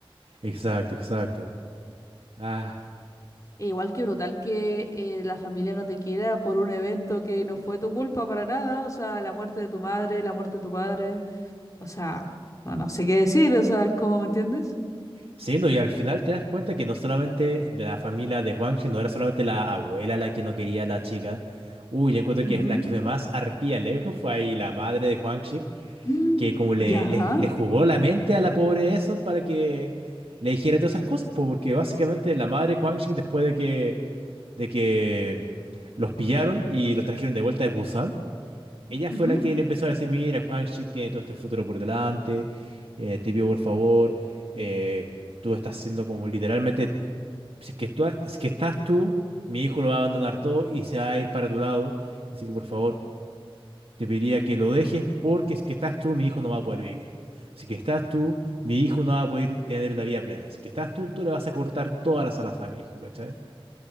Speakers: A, on the right; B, on the left.
A: Exacto, exacto. Ah.
B: E igual que brutal que eh, la familia no te quiera por un evento que no fue tu culpa para nada, o sea, la muerte de tu madre, la muerte de tu padre, o sea, no, no sé qué decir, o sea, ¿cómo ¿me entiendes?
A: Sí, no, y al final te das cuenta que no solamente de la familia de Huangxi, no era solamente la abuela la que no quería a la chica. Uy, yo encuentro
B: Ujú.
A: que la que fue más arpía lejos fue ahí la madre de Huangxi,
B: Mm,
A: que como le,
B: Ya.
A: le, le jugó la mente a la pobre Eson para que le dijera todas esas cosas, po, porque básicamente la madre de Huangxi, después de que, de que los pillaron y los trajeron de vuelta de Busan, ella
B: ujú.
A: fue la que le empezó a decir, mira, Kwangchuk tiene todo este futuro por delante, eh, te pido por favor, eh, tú estás siendo como literalmente, si es que tú, si es que estás tú, mi hijo lo va a abandonar todo y se va a ir para tu lado, así que por favor, te pediría que lo dejes porque si es que estás tú, mi hijo no va a poder vivir. Si es que estás tú, mi hijo no va a poder tener una vida plena. Si es que estás tú, tú le vas a cortar todas las alas a mi hijo, ¿cachai?